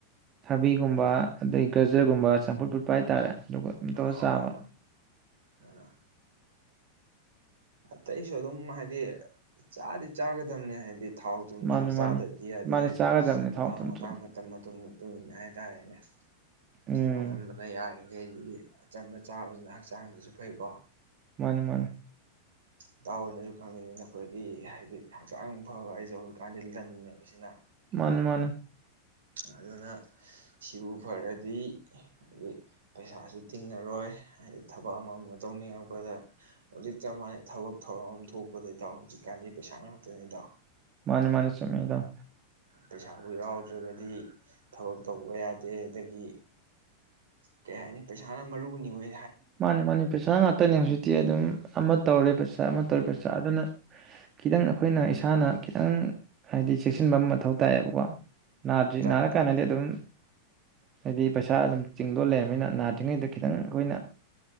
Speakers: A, on the right; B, on the right.
A: ꯊꯕꯤꯒꯨꯝꯕ
B: ꯑꯥ
A: ꯑꯗꯒꯤ ꯒꯖꯔꯒꯨꯝꯕ ꯆꯝꯐꯨꯠ ꯐꯨꯠꯄ ꯍꯥꯏꯇꯥꯔꯦ ꯑꯗꯨꯒ ꯁꯨꯝ
B: ꯑꯥ
A: ꯇꯧꯔ
B: ꯍꯣꯏ
A: ꯆꯥꯕ
B: ꯍꯣꯏ ꯑꯥ ꯑꯇꯩꯁꯨ ꯑꯗꯨꯝ ꯍꯥꯏ ꯗꯤ ꯆꯥꯗꯤ ꯆꯥꯒꯗꯝꯕꯅꯦ ꯍꯥꯏꯗꯤ ꯊꯥꯎ ꯊꯨꯝꯁꯤꯁꯨ
A: ꯃꯥꯅꯤ
B: ꯆꯥꯗꯕꯗꯤ
A: ꯃꯥꯅꯤ
B: ꯌꯥꯗꯦ
A: ꯃꯥꯅꯤ
B: ꯍꯥꯏꯗꯤ
A: ꯆꯥꯒꯗꯕꯅꯤ
B: ꯃꯇꯥꯡ
A: ꯊꯥꯎ ꯊꯨꯝ
B: ꯃꯇꯥꯡ
A: ꯊꯨꯝ
B: ꯃꯇꯝ ꯃꯇꯝ ꯃꯇꯨꯡ ꯏꯟꯅ ꯍꯥꯏꯇꯥꯔꯦꯅꯦ
A: ꯎꯝ
B: ꯑꯗꯨꯝ ꯑꯅꯝꯕꯅ ꯌꯥꯔꯤꯒꯩ ꯑꯗꯤ ꯆꯝꯅ ꯆꯥꯕꯁꯤꯅ ꯍꯛꯆꯥꯡꯗꯁꯨ ꯐꯩꯀꯣ
A: ꯃꯥꯅꯤ ꯃꯥꯅꯤ
B: ꯏꯇꯥꯎ ꯍꯣꯏꯅꯁꯨ ꯈꯪꯉꯤ ꯑꯗꯨꯅ ꯑꯩꯈꯣꯏꯒꯤ ꯍꯥꯏꯗꯤ ꯍꯛꯆꯥꯡ ꯐꯕ ꯑꯩꯁꯦ ꯍꯧꯖꯤꯛꯀꯥꯟꯗꯤ ꯂꯟꯅꯦꯕ ꯁꯤꯅ
A: ꯃꯥꯅꯤ ꯃꯥꯅꯤ
B: ꯑꯗꯨꯅ ꯁꯤꯕꯨ ꯐꯔꯗꯤ ꯍꯥꯏꯗꯤ ꯄꯩꯁꯥꯁꯨ ꯇꯤꯡꯉꯔꯣꯏ ꯍꯥꯏꯗꯤ ꯊꯕꯛ ꯑꯃ ꯑꯃ ꯇꯧꯅꯤꯡꯉꯛꯄꯗ ꯍꯧꯖꯤꯛ ꯆꯞ ꯃꯥꯟꯅꯩ ꯊꯕꯛ ꯊꯧꯔꯝ ꯑꯃ ꯊꯣꯛꯄꯗ ꯍꯧꯖꯤꯛꯀꯥꯟꯗꯤ ꯄꯩꯁꯥ ꯉꯥꯛꯇꯅꯤ ꯏꯇꯥꯎ
A: ꯃꯥꯅꯤ ꯃꯥꯅꯤ ꯆꯨꯝꯃꯤ ꯏꯇꯥꯎ
B: ꯄꯩꯁꯥꯕꯨ ꯌꯥꯎꯗ꯭ꯔꯒꯗꯤ ꯊꯕꯛ ꯇꯧꯕ ꯌꯥꯗꯦ ꯑꯗꯒꯤ ꯀꯩ ꯍꯥꯏꯅꯤ ꯄꯩꯁꯥꯅ ꯃꯔꯨꯅꯤ ꯃꯦ
A: ꯃꯥꯅꯤ ꯃꯥꯅꯤ ꯄꯩꯁꯥ ꯉꯥꯛꯇꯅꯦ ꯍꯧꯖꯤꯛ ꯇꯤ ꯑꯗꯨꯝ ꯑꯃ ꯇꯧꯔꯦ ꯄꯩꯁꯥ ꯑꯃ ꯇꯧꯔꯦ ꯄꯩꯁꯥ ꯑꯗꯨꯅ ꯈꯤꯇꯪ ꯑꯩꯈꯣꯏꯅ ꯏꯁꯥꯅ ꯈꯤꯇꯪ ꯍꯥꯏꯗꯤ ꯆꯦꯛꯁꯤꯟꯕ ꯑꯃ ꯃꯊꯧ ꯇꯥꯏꯌꯦꯕꯀꯣ ꯅꯥꯗ꯭ꯔꯤ
B: ꯇꯥꯏ
A: ꯅꯥꯔ
B: ꯇꯥꯏ
A: ꯀꯥꯟꯗꯤ
B: ꯇꯥꯏ
A: ꯑꯗꯨꯝ ꯍꯥꯏꯗꯤ ꯄꯩꯁꯥ ꯑꯗꯨꯝ ꯇꯤꯡꯗꯧ ꯂꯩꯔꯕꯅꯤꯅ ꯅꯥꯗ꯭ꯔꯤꯉꯩꯗ ꯈꯤꯇꯪ ꯑꯩꯈꯣꯏꯅ